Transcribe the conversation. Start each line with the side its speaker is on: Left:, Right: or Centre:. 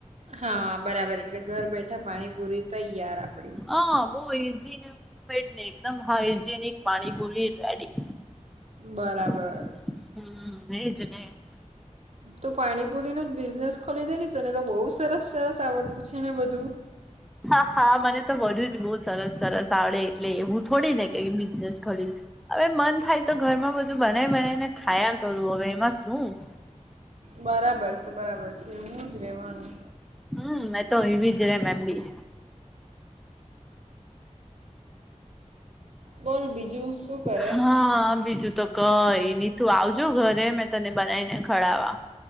Right: હા બરાબર એટલે ઘર બેઠા પાણીપૂરી તૈયાર આપણી.
Centre: હા બૌ ઈઝી ને હોમમેડ ને એકદમ હાઈજેનિક પાણીપૂરી રેડી.
Right: બરાબર
Centre: <unintelligible>
Right: તો પાણીપુરીનો જ બિઝનેસ ખોલી દેને તને તો બહુ સરસ સરસ આવડતું છે ને બધું
Centre: હા હા મને તો બધું જ બો સરસ સરસ આવડે એટલે એવું થોડી ને કે બિઝનેસ ખોલી હવે મન થાય તો ઘરમાં બધું બનાઈ બનાઈને ખાયા કરું હવે એમાં શું.
Right: બરાબર છે બરાબર છે એવું જ રહેવાનું
Centre: હમ્મ મેં તો એવી જ રેમ એમ બી
Right: બોલ બીજું શું કરે
Centre: હા બીજું તો કઈ ની તું આવજો ઘરે મેં તને બનાઈને ખવડાવા.